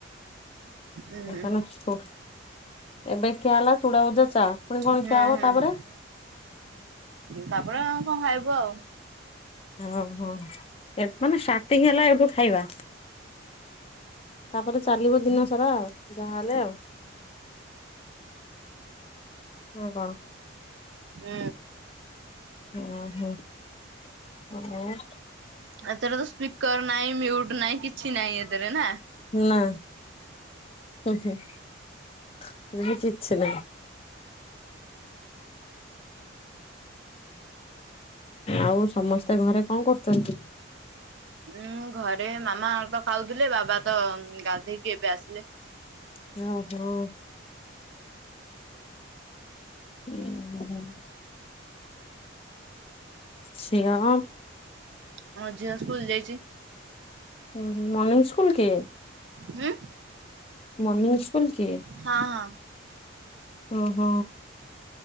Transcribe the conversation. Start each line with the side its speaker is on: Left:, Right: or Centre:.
Right: ହୁଁ
Left: ଆଚ୍ଛା। ଏବେ ଖିଆ ହେଲା ଚୁଡା ଭଜା ଚା ପୁଣି କଣ
Right: ହୁଁ
Left: ଖିଆ ହବ ତାପରେ?
Right: ତାପରେ ଆଉ କଣ ଖାଇବୁ ଆଉ
Left: ଓହୋ ମାନେ ଷ୍ଟାଟିଙ୍ଗ ହେଲା ଏଇଠୁ ଖାଇବା। ତାପରେ ଚାଲିବ ଦିନ ସାରା ଆଉ ଯାହା ହେଲେ ଆଉ ନା କଣ?
Right: ହୁଁ।
Left: ଓହୋ ହଉ।
Right: ଏଥର ତ ସ୍ପିକର ନାହିଁ ମ୍ୟୁଟ ନାହିଁ କିଛି ନାହିଁ ଏଥିରେ ନା
Left: ନା ହୁଁ ହୁଁ କିଛି ନାହିଁ। ଆଉ ସମସ୍ତେ ଘରେ କଣ କରୁଛନ୍ତି?
Right: ଉଁ ଘରେ ମାମା ତ ଖାଉଥିଲେ ବାବା ତ ଗାଧେଇକି ଏବେ ଆସିଲେ।
Left: <inaudible> ହୁଁ ହୁଁ। ଝିଅ।
Right: ହଁ ଝିଅ ସ୍କୁଲ ଯାଇଛି।
Left: ହୁଁ ମର୍ଣିିଂ ସ୍କୁଲ କି?
Right: ହୁଁ।
Left: ମର୍ଣିିଂ ସ୍କୁଲ କି
Right: ହଁ ହଁ
Left: ଅହ।